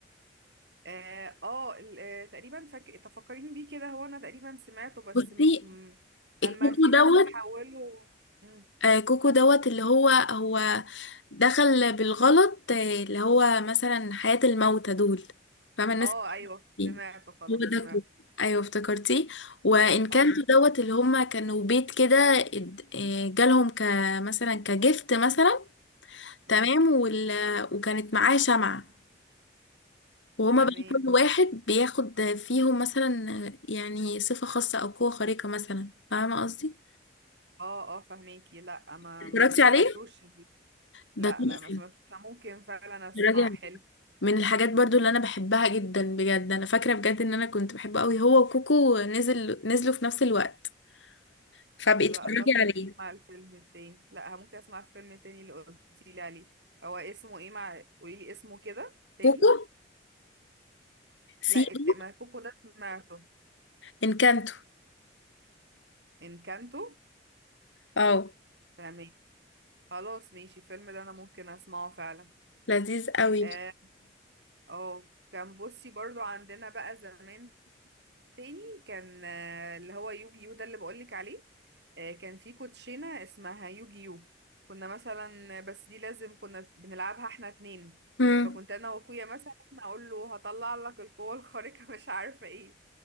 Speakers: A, on the right (about 65°); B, on the left (about 85°).
A: اه آه، ال- آه، تقريبا فك... تفكريني بيه كده هو انا تقريبا سمعته بس
B: بصي
A: مش م...
B: الكوكو
A: اما في ناس
B: دوت
A: اتحولوا مم.
B: آه، كوكو دوت اللي هو هو دخل بالغلط آه، اللي هو مثلا حياة الموتى دول فاهمة الناس
A: اه ايوه
B: دي.
A: سمعته خلاص
B: هو ده
A: سمعته
B: كوكو ايوه افتكرتيه وانكانتو
A: اه
B: دوت اللي هما كانوا بيت كده اد- آه، جالهم كمثلا كجفت مثلا
A: مم.
B: تمام وال... وكانت معاه شمعة وهما
A: تمام
B: بقى كل واحد بياخد فيهم مثلا آه، يعني صفة خاصة أو قوة خارقة مثلا فاهمة قصدي؟
A: اه اه فهميكي لا ما
B: اتفرجتي
A: ما سمعتوش
B: عليه؟
A: دي.
B: ده
A: لا
B: تحفة
A: لا ما سمعتوش ممكن فعلا اسمعه
B: اتفرجي
A: حلو
B: من الحاجات برضو اللي انا بحبها جدا بجد انا فاكره بجد ان انا كنت بحبه قوي هو وكوكو نزل نزلوا في نفس الوقت فبقيت
A: لا
B: اتفرجي
A: خلاص ممكن
B: عليه
A: اسمع الفيلم التاني لا ممكن اسمع الفيلم التاني اللي قلتي لي عليه هو اسمه ايه مع قولي لي اسمه كده تاني
B: كوكو
A: لا
B: سي
A: الت...
B: او
A: ما كوكو ده سمعته
B: انكانتو
A: انكانتو
B: اه
A: تمام خلاص ماشي الفيلم ده انا ممكن اسمعه فعلا
B: لذيذ قوي
A: اه آه، كان بصي برضو عندنا بقى زمان تاني كان آه، اللي هو يوجي يو ده اللي بقولك عليه آه، كان في كوتشينة اسمها يوجي يو كنا مثلا بس دي لازم كنا بنلعبها احنا اتنين
B: امم
A: فكنت انا واخويا مثلا اقول له هطلع لك القوة الخارقة <laughs> مش عارفة ايه